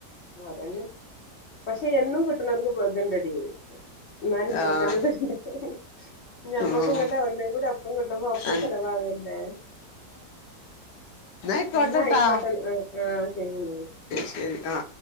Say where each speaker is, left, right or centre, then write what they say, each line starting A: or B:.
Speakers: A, on the left; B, on the left.
A: ആ അതന്നെ പക്ഷെ എന്നും കിട്ടണലോക് <unintelligible> ന്നാല് ഇത്രത്തന്നെ
B: ആഹ്
A: <unintelligible> ഞമ്മക്ക്
B: ഉം
A: ഇങ്ങട്ട് ഒന്നും കൂടി ഒപ്പം കിട്ടുമ്പോ ഒപ്പം
B: എന്നാ
A: ചെലവാകല്ലേ,
B: ആയിക്കോട്ടെട്ടാ
A: ഇന്നായിക്കോട്ടെ ആഹ് ശരിന്നാ
B: ശരി ആ